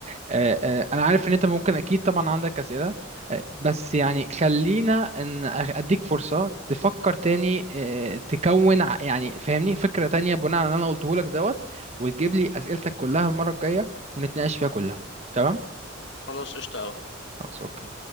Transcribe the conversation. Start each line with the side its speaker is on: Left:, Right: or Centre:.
Right: آه، آه، انا عارف ان انت ممكن اكيد طبعا عندك اسئله آه، بس يعني خلينا ان أخ- اديك فرصه تفكر تاني آه، تكون ع- يعني فاهمني فكره تانية بناء على اللي انا قلته لك دوت وتجيب لي اسئلتك كلها المره الجايه ونتناقش فيها كلها تمام
Left: خلاص قشطه قوي
Right: خلاص اوكي